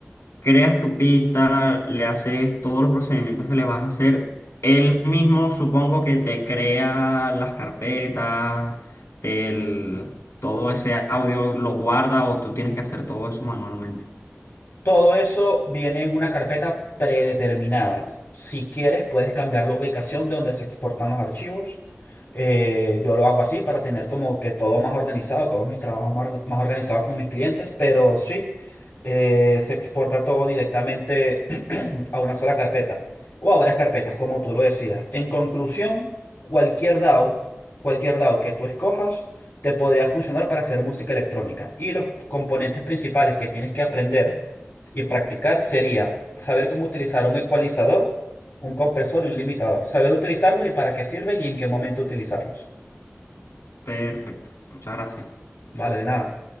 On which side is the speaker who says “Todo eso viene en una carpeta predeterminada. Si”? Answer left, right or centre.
Left